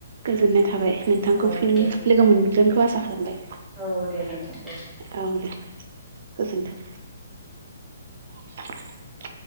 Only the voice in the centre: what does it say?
औ
दे
औ दे नोंथां दे